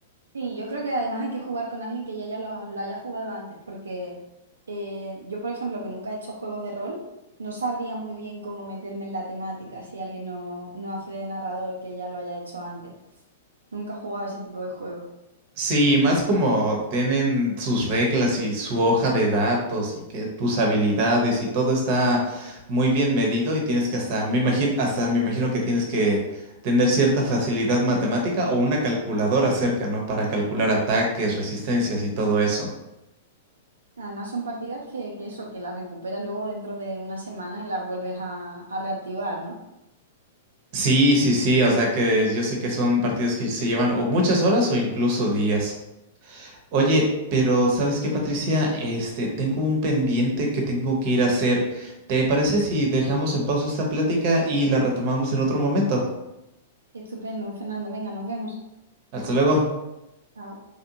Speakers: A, on the right (about 85°); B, on the right (about 50°).
A: Sí, yo creo que además hay que jugar con alguien que ya, ya lo, lo haya jugado antes, porque eh, yo, por ejemplo, que nunca he hecho juegos de rol, no sabría muy bien cómo meterme en la temática si alguien no, no hace de narrador que ya lo haya hecho antes. Nunca he jugado ese tipo de juegos.
B: Sí, más como tienen sus reglas y su hoja de datos y que tus habilidades y todo está muy bien medido y tienes que hasta, me imagino, hasta me imagino que tienes que tener cierta facilidad matemática o una calculadora cerca, ¿no? Para calcular ataques, resistencias y todo eso.
A: Además son partidas que, que eso, que las recuperas luego dentro de una semana y las vuelves a, a reactivar, ¿no?
B: Sí, sí, sí, o sea que yo sé que son partidos que se llevan o muchas horas o incluso días. Oye, pero ¿sabes qué, Patricia? Este, tengo un pendiente que tengo que ir a hacer. ¿Te parece si dejamos en pausa esta plática y la retomamos en otro momento?
A: Estupendo, Fernando. Venga, nos vemos.
B: Hasta luego.
A: Chao.